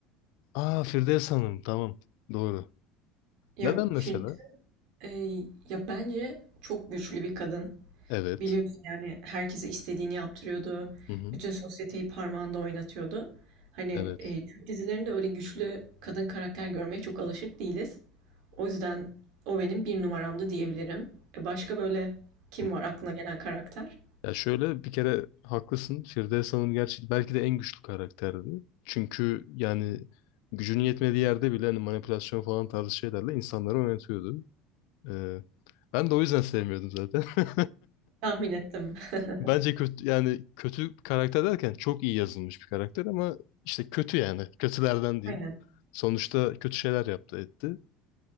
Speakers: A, on the left (about 65°); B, on the right (about 55°).
A: Aa Firdevs Hanım tamam. Doğru.
B: Ya
A: Neden
B: Firdevs
A: mesela?
B: e, ya bence çok güçlü bir kadın.
A: Evet.
B: Biliyorsun yani herkese istediğini yaptırıyordu.
A: Hı hı.
B: Bütün sosyeteyi parmağında oynatıyordu. Hani
A: Evet.
B: e, Türk dizilerinde öyle güçlü kadın karakter görmeye çok alışık değiliz. O yüzden o benim bir numaramdı diyebilirim. E, başka böyle kim
A: Hı.
B: var aklına gelen karakter?
A: Ya şöyle bir kere haklısın. Firdevs Hanım gerçi belki de en güçlü karakterdi. Çünkü yani gücünün yetmediği yerde bile hani manipülasyon falan tarzı şeylerle insanları yönetiyordu. Ee, ben de o yüzden sevmiyordum zaten. <laughs>
B: Tahmin ettim. <laughs>
A: Bence kötü yani kötü karakter derken çok iyi yazılmış bir karakter ama işte kötü yani. Kötülerden diyeyim.
B: Aynen.
A: Sonuçta kötü şeyler yaptı etti.